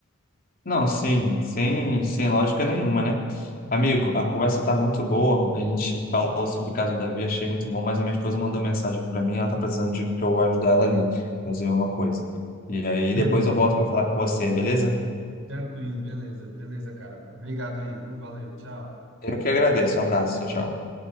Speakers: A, on the left; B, on the right.
A: Não, sim, sem, sem lógica nenhuma, né? Amigo, a conversa tá muito boa. A gente falou sobre o caso do Davi, achei muito bom, mas a minha esposa mandou mensagem para mim, ela tá precisando de que eu vou ajudar ela ali, fazer uma coisa. E aí
B: Beleza.
A: depois eu volto para falar com você, beleza?
B: Tranquilo, beleza, beleza, cara. Obrigado aí, viu? Valeu, tchau.
A: Eu que agradeço. Um abraço, tchau, tchau.